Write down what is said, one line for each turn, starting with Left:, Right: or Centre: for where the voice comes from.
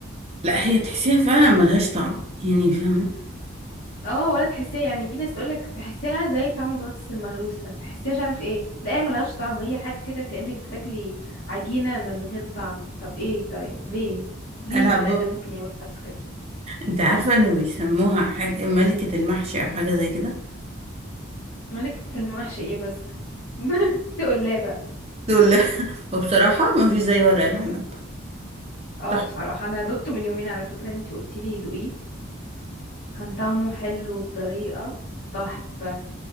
Right: لا هي تحسيها فعلا ملهاش طعم يعني فاهمة
Left: اه ولا تحسيها يعني في ناس تقولك تحسيها زي طعم البطاطس المهروسة تحسيها مش عارف ايه لا هي ملهاش طعم هي حاجة كده كأنك بتاكلي عجينة من غير طعم طب ايه طيب ليه ليه
Right: أنا
Left: البني
Right: أبو
Left: آدم ممكن يعمل في نفسه كده
Right: أنت عارفة إنه بيسموها حاجة ملكة المحشي أو حاجة زي كده
Left: ملكة المحشي ايه بس يعني <laughs> تقول لا بقى
Right: دول لا <laughs> وبصراحة ما فيش زي ورق العنب
Left: اه
Right: صح.
Left: بصراحة انا دقته من يومين على فكرة انتي قلتيلي دوقيه كان طعمه حلو بطريقة تحفة